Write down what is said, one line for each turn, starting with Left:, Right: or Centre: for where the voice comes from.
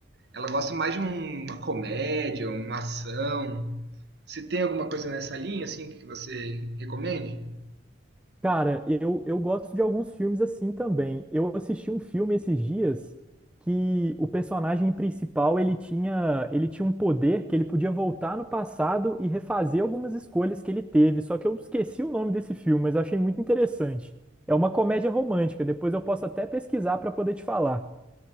Right: ela gosta mais de um- uma comédia, uma ação. Você tem alguma coisa nessa linha assim que você recomende?
Centre: Cara, eu, eu gosto de alguns filmes assim também. Eu assisti um filme esses dias que o personagem principal, ele tinha, ele tinha um poder que ele podia voltar no passado e refazer algumas escolhas que ele teve. Só que eu esqueci o nome desse filme, mas eu achei muito interessante. É uma comédia romântica, depois eu posso até pesquisar para poder te falar.